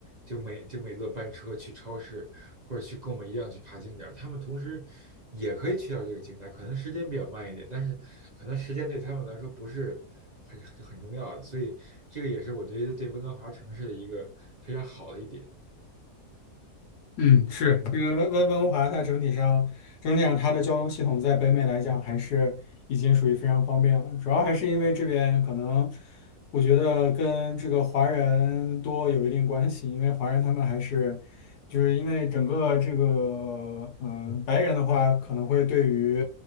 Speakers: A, on the right; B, on the left.
A: 就美就美乐班车去超市或者去购买一样去爬景点儿他们同时也可以去到这个景点儿可能时间比较慢一点，但是可能时间对他们来说不是很很重要的，所以这个也是我觉得对温哥华城市的一个非常好的一点。
B: 嗯，是，这个温温温哥华，它整体上整体上它的交通系统在北美来讲还是已经属于非常方便了，主要还是因为这边可能。我觉得跟这个华人多有一定关系，因为华人他们还是，就是因为整个这个，嗯、白人的话可能会对于